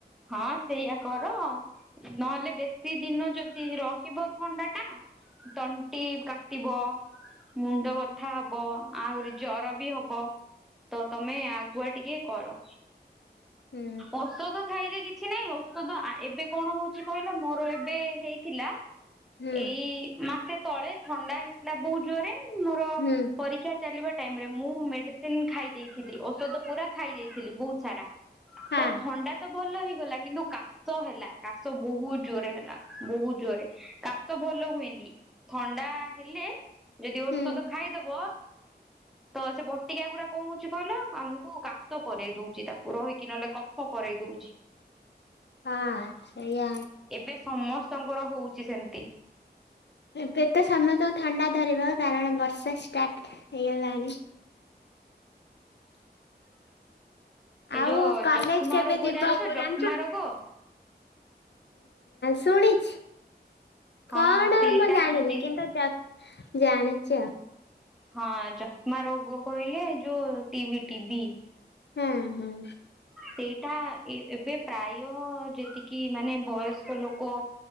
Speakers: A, in the centre; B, on the left.
A: ହଁ ସେଇଆ କର ନହେଲେ ବେଶୀ ଦିନ ଯଦି ରହିବ ଥଣ୍ଡାଟା। ତଣ୍ଟି କାଟିବ। ମୁଣ୍ଡ ବଥା ହବ ଆହୁରି ଜର ବି ହବ। ତ ତମେ ଆଗୁଆ ଟିକେ କର
B: ହୁଁ
A: ଔଷଧ। ଖାଇଲେ କିଛି ନାଇଁ ଔଷଧ ଆ ଏବେ କଣ ହଉଚି କହିଲ ମୋର ଏବେ ହେଇଥିଲା।
B: ହୁଁ
A: ଏଇ ମାସେ ତଳେ ଥଣ୍ଡା ହେଇଥିଲା ବହୁତ ଜୋରେ ମୋର
B: ହୁଁ
A: ପରୀକ୍ଷା। ଚାଲିବା ଟାଇମରେ ମୁଁ ମେଡିସିନ ଖାଇ ଦେଇଥିଲି ଔଷଧ ପୁରା ଖାଇ ଦେଇଥିଲି ବହୁତ ସାରା। ତ
B: ହଁ।
A: ଥଣ୍ଡା ତ ଭଲ ହେଇଗଲା କିନ୍ତୁ କା ଶ ହେଲା କାଶ ବହୁତ ଜୋରେ ହେଲା ବହୁତ ଜୋରେ କାଶ ଭଲ ହୁଏନି। ଥଣ୍ଡା ହେଲେ ଯଦି ଓଷଧ
B: ହୁଁ
A: ଖାଇଦବ। ତ ସେ ବଟିକା ଗୁରା କଣ ହଉଛି କହିଲ ଆମୁକୁ କାଶ କରେଇ ଦଉଛି ତାକୁ ରହିକି ନହେଲେ କଫ କରେଇଦଉ
B: ହଁ ସେଇଆ
A: ଏବେ ସମସ୍ତଙ୍କର ହଉଛି ସେମତି।
B: ଏବେ ତ ସମସ୍ତଙ୍କୁ ଥଣ୍ଡା ଧରିବ କାରଣ ବର୍ଷା ଷ୍ଟାର୍ଟ ହେଇଗଲାଣି।
A: ଏଇ
B: ଆଉ
A: ଯୋଉ
B: କଲେଜ
A: ଯକ୍ଷ୍ମା
B: କେବେ
A: ରୋଗ
B: ଯିବ।
A: ଜାଣିଛ
B: ଉଁ
A: ଯକ୍ଷ୍ମା ରୋଗ
B: ଶୁଣିଛି
A: ହଁ
B: କଣ
A: ସେଇଟା
B: ମୁଁ ଜାଣିନି
A: ଯଦି
B: କିନ୍ତୁ ଜାଣିଚି ଆଉ।
A: ହଁ ଯକ୍ଷ୍ମା ରୋଗ କହିଲେ ଯୋଉ ଟିଭି ଟିବି।
B: ହୁଁ ହୁଁ।
A: ସେଇଟା ଏବେ ପ୍ରାୟ ଯେତିକି ମାନେ ବୟସ୍କ ଲୋକ